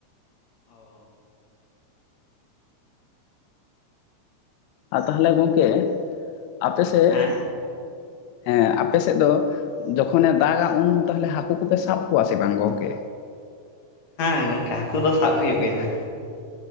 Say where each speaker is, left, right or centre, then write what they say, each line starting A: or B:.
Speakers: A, on the left; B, on the left.
A: ᱚᱻ
B: ᱟ, ᱛᱟᱦᱞᱮ ᱜᱚᱝᱠᱮ, ᱟᱯᱮ ᱥᱮᱜ
A: ᱦᱮᱸ
B: ᱼᱼ ᱦᱮᱸ ᱟᱯᱮ ᱥᱮᱫ ᱫᱚ, ᱡᱚᱠᱷᱚᱱᱼᱮ ᱫᱟᱜᱟ ᱩᱱ ᱛᱟᱦᱚᱞᱮ ᱦᱟᱹᱠᱩ ᱠᱚᱯᱮ ᱥᱟᱵ ᱠᱚᱣᱟ, ᱥᱮ ᱵᱟᱝ ᱜᱚᱢᱠᱮ?
A: ᱦᱮᱸ ᱜᱚᱝᱠᱮ, ᱦᱟᱠᱩ ᱫᱚ ᱥᱟᱵ ᱦᱩᱭᱩᱜ ᱜᱮᱭᱟ, ᱦᱮᱸ᱾